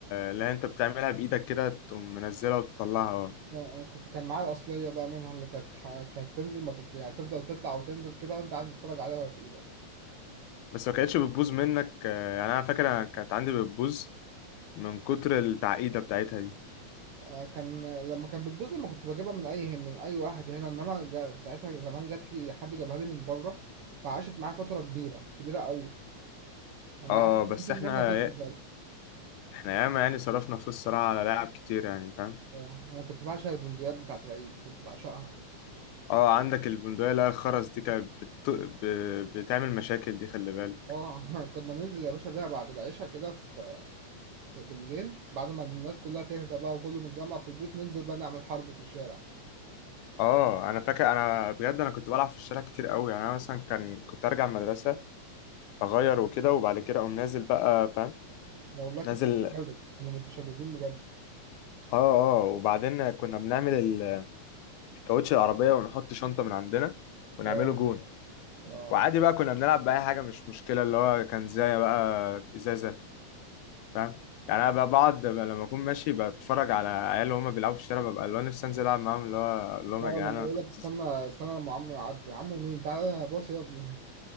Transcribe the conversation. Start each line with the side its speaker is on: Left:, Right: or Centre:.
Left: اللي هي أنت بتعملها بإيدك كده تقوم منزلها وتطلعها آه.
Right: اه اه كنت كان معايا الأصلية بقى منها اللي كانت ح- كانت تنزل ما تط... يعني تفضل تطلع وتنزل كده وانت قاعد تتفرج عليها وهي في ايدك
Left: بس ما كانتش بتبوظ منك يعني أنا فاكر أنا كانت عندي بتبوظ من كتر التعقيدة بتاعتها دي
Right: آه كان لما كانت بتبوظ لما كنت بجيبها من اي من اي واحد هنا انما جا... ساعتها زمان جات لي حد جابها لي من بره فعاشت معايا فترة كبيرة كبيرة قوي انا
Left: اه
Right: عاشت فترة
Left: بس احنا
Right: وانا طفل كده
Left: احنا ياما يعني صرفنا فلوس صراحة على لاعب كتير يعني فاهم
Right: اه انا كنت بعشق البندقيات بتاعت العيد كنت بعشقها
Left: اه عندك البندقية اللي هي الخرز دي كانت بت... ب... بتعمل مشاكل دي خلي بالك
Right: اه <laughs> كنا ننزل يا باشا بيها بعد العشاء كده في في بالليل بعد ما الناس كلها تهدى بقى وكله متجمع في البيوت ننزل بقى نعمل حرب في الشارع
Left: اه انا فاكر انا بجد انا كنت بلعب في الشارع كتير قوي يعني انا مثلا كان كنت ارجع من المدرسة اغير وكده وبعد كده اقوم نازل بقى فاهم
Right: أنا والله كنت
Left: نازل
Right: متشرد
Left: اه
Right: كنا متشردين بجد
Left: اه وبعدين كنا بنعمل ال- كاوتش العربية ونحط شنطة من عندنا ونعمله
Right: اه
Left: جون
Right: اه
Left: وعادي بقى كنا بنلعب بأي حاجة مش مشكلة اللي هو كان زي بقى ازازة فاهم يعني انا ب- بقعد ب- لما اكون ماشي بتفرج على عيال وهم بيلعبوا في الشارع ببقى اللي هو نفسي انزل العب معاهم اللي هو اقول لهم
Right: لا ولا
Left: يا جدعان
Right: لما
Left: انا
Right: يقول
Left: كنت
Right: لك استنى
Left: ز-
Right: استنى لما عمو يعدي عمو مين تعالى يا باص يا ابني